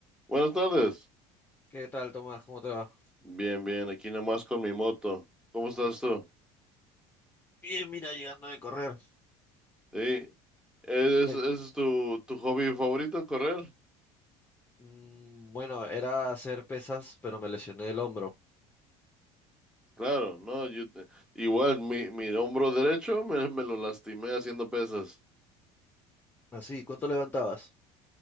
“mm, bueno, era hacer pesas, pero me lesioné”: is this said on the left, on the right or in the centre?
Left